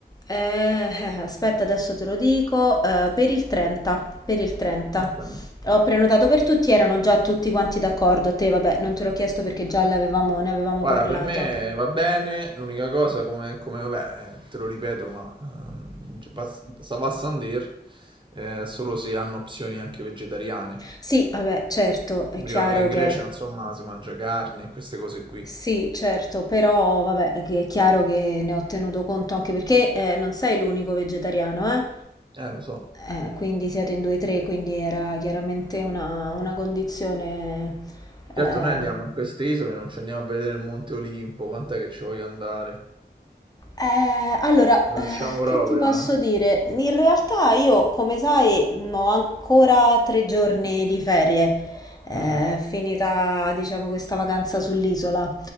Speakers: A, on the left (about 20°); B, on the right (about 30°).
A: eh, eh, aspetta, adesso te lo dico, eh, per il 30, per il 30.
B: Ok.
A: Ho prenotato per tutti, erano già tutti quanti d'accordo. A te, vabbè, non te l'ho chiesto perché già l'avevamo- ne avevamo
B: Guarda,
A: parlato.
B: per me va bene, l'unica cosa come, come, vabbè, eh, te lo ripeto, ma ehm, va- Sava Sandir eh, solo se hanno opzioni anche vegetariane.
A: Sì, vabbè, certo, è
B: Mi
A: chiaro
B: ricordo che in
A: che...
B: Grecia, insomma, si mangia carne e queste cose qui.
A: Sì, certo, però vabbè, che è chiaro che ne ho tenuto conto anche perché eh, non sei l'unico vegetariano, eh?
B: Eh, lo so.
A: Eh, quindi siete in due o tre, quindi era chiaramente una, una condizione...
B: Certo,
A: eh.
B: noi andiamo in queste isole, non ci andiamo a vedere il Monte Olimpo, quant'è che ci voglio andare?
A: Eh, allora,
B: Non
A: eh,
B: riusciamo proprio,
A: che ti posso
B: eh?
A: dire? In realtà io, come sai, mh, ho ancora tre giorni di ferie, eh,
B: Mm.
A: finita, diciamo, questa vacanza sull'isola.